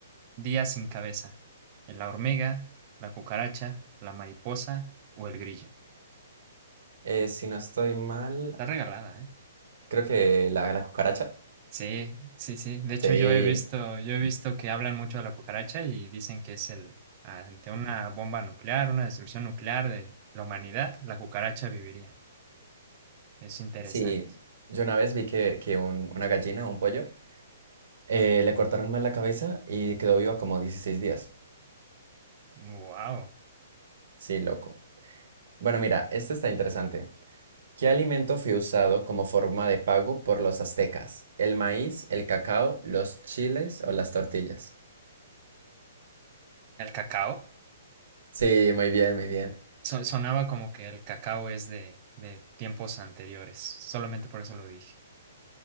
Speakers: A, on the right; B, on the right.
A: días sin cabeza? ¿La hormiga, la cucaracha, la mariposa o el grillo?
B: Eh, si no estoy mal,
A: Está regalada, ¿eh?
B: creo que la, la cucaracha.
A: Sí, sí, sí. De hecho,
B: Sí,
A: yo he visto, yo he visto que hablan mucho de la cucaracha y dicen que es el, ante una bomba nuclear, una destrucción nuclear de la humanidad, la cucaracha viviría. Es interesante.
B: sí. Yo una vez vi que, que un- una gallina, un pollo, eh, le cortaron mal la cabeza y quedó viva como 16 días.
A: Wow.
B: Sí, loco. Bueno, mira, este está interesante. ¿Qué alimento fue usado como forma de pago por los aztecas? ¿El maíz, el cacao, los chiles o las tortillas?
A: El cacao.
B: Sí, muy bien, muy bien.
A: So- sonaba como que el cacao es de, de tiempos anteriores. Solamente por eso lo dije.